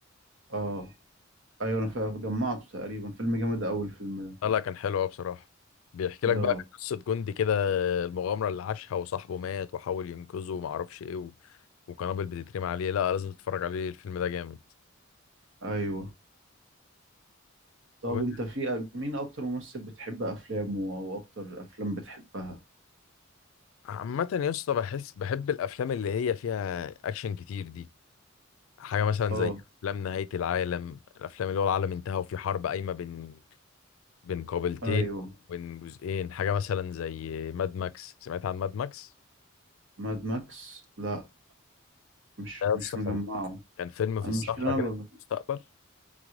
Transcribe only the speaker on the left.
لا لا كان حلو قوي بصراحة بيحكي
لك بقى قصة جندي كده المغامرة اللي عاشها وصاحبه مات وحاول ينقذه وما اعرفش ايه و... وقنابل بتترمي عليه لا لازم تتفرج عليه الفيلم ده جامد
و-
عامة يا اسطى بحس بحب الافلام اللي هي فيها اكشن كتير دي حاجة مثلا
زي افلام نهاية العالم الافلام اللي هو العالم انتهى وفي حرب قايمة بين بين قابلتين
بين جزئين حاجة مثلا زي ماد ماكس سمعت عن ماد ماكس
ده يا
اسطى
كان كان فيلم في
الصحراء
كده في
المستقبل